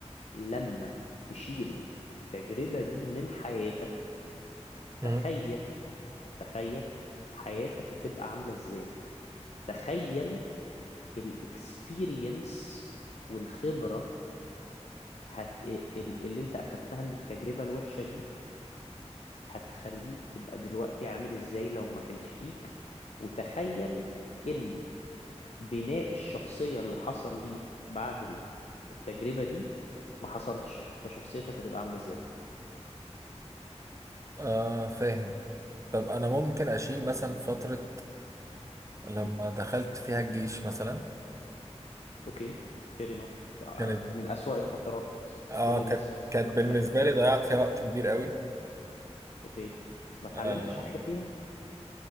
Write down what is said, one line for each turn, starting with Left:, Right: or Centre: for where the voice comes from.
Left: لما تشيل التجربة دي من حياتك
Right: مهم.
Left: تخيل تخيل حياتك هتبقى عاملة إزاي تخيل الاكسبيرينس والخبرة هت... ال- اللي انت اخدتها من التجربة الوحشة دي هتخليك تبقى دلوقتي عامل ازاي لو ما كانتش فيك وتخيل ان بناء الشخصية اللي حصل ليك بعد ال- التجربة دي ما حصلش فشخصيتك هتبقى عاملة ازاي
Right: آه، فاهم طب انا ممكن اشيل مثلا فتره لما
Left: امم
Right: دخلت فيها الجيش مثلا
Left: اوكي fair enough آه،
Right: كانت
Left: من أسوأ الفترات
Right: اه
Left: كل الناس
Right: كانت
Left: متفقة
Right: كانت بالنسبه
Left: ان هي من
Right: لي
Left: أسوأ
Right: ضيعت فيها وقت كبير قوي
Left: اوكي ما اتعلمتش
Right: آه،
Left: حاجة فيها